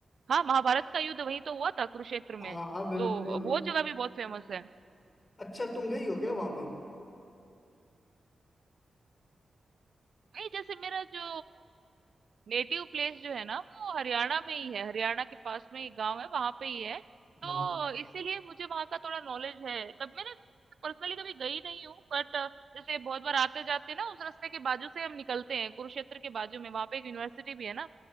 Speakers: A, on the right (about 65°); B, on the left (about 35°).
A: हाँ, महाभारत का युद्ध वहीं तो हुआ था कुरुक्षेत्र में,
B: हाँ हाँ बिल्कुल
A: तो वो जगह भी बहुत फेमस है।
B: अच्छा तुम गई हो क्या वहां पे
A: नहीं जैसे मेरा जो नेटिव प्लेस जो है ना वो हरियाणा में ही है, हरियाणा के पास में ही गांव है, वहां पे ही है।
B: हम्म।
A: तो इसीलिए मुझे वहां का थोड़ा नॉलेज है। कभी मैंने पर्सनली कभी गई नहीं हूँ, बट जैसे बहुत बार आते जाते ना उस रास्ते के बाजू से हम निकलते हैं, कुरुक्षेत्र के बाजू में वहां पे एक यूनिवर्सिटी भी है ना,